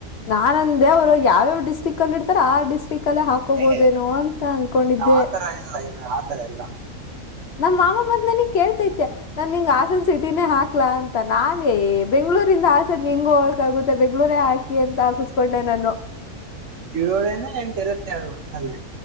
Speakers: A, on the left; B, on the right.
A: ನಾನ ಅಂದೇ ಅವರು ಯಾವ್ಯಾವ್ ಡಿಸ್ಟ್ರಿಕ ಅಲ್ಲಿ ಇರ್ತಾರ ಆ ಡಿಸ್ಟ್ರಿಕ್. ಕಲ್ಲೆ ಹಾಕೋಬೋದೇನೋ
B: ಏ
A: ಅಂತ ಅನ್ಕೊಂಡಿದ್ದೆ.
B: ಆತರ ಇಲ್ಲ ಇ ಆತರ ಇಲ್ಲ
A: ನಮ್ಮ ಮಾವ ಮತ್ತ ನನಿಗ್ ಕೇಳ್ತೈತೆ. ನಾನ ನಿಂಗ ಹಾಸನ ಸಿಟಿನೇ ಹಾಕ್ಲಾ ಅಂತ ನಾನೇ ಬೆಂಗಳೂರಿಂದ ಹಾಸನ ಹೆಂಗ ಹೋಗಕ ಆಗುತ್ತೆ. ಬೇಕ್ ಇವರೇ ಹಾಕಿ ಅಂತ ಹಾಕಿಸಸ್ಕೊಂಡೆ ನಾನು.
B: ಏಳೇನೇ ಎಂಟು ಇರುತ್ತೆ ಅಲ್ವಾ ಅಲ್ಲಿ.